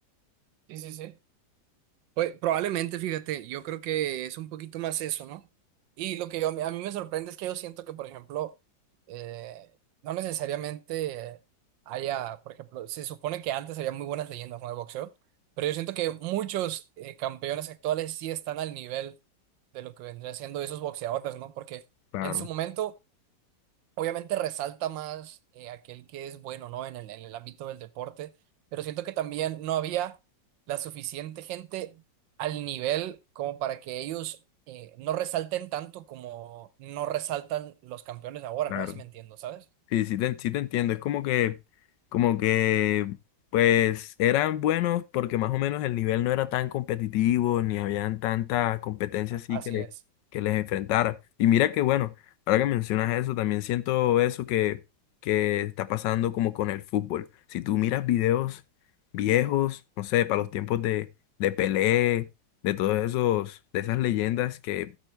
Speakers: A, on the right; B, on the left.
A: Sí, sí, sí. Pues probablemente, fíjate, yo creo que es un poquito más eso, ¿no? Y lo que yo- a mí me sorprende es que yo siento que, por ejemplo, eh, no necesariamente haya, por ejemplo, se supone que antes había muy buenas leyendas no de boxeo, pero yo siento que muchos eh, campeones actuales sí están al nivel de lo que vendrían siendo esos boxeadores, ¿no? Porque
B: Claro,
A: en su momento Obviamente resalta más eh, aquel que es bueno, ¿no? En el, en el ámbito del deporte, pero siento que también no había la suficiente gente al nivel como para que ellos eh, no resalten tanto como no resaltan los campeones ahora,
B: claro.
A: no sé si me entiendo, ¿sabes?
B: Sí, sí te, sí te entiendo. Es como que, como que, pues, eran buenos porque más o menos el nivel no era tan competitivo, ni habían tanta competencia
A: A-
B: así
A: Así
B: que, le-
A: es,
B: que les enfrentara. Y mira que, bueno, ahora que mencionas eso, también siento eso que, que está pasando como con el fútbol. Si tú miras videos viejos, no sé, para los tiempos de, de Pelé, de todos esos, de esas leyendas que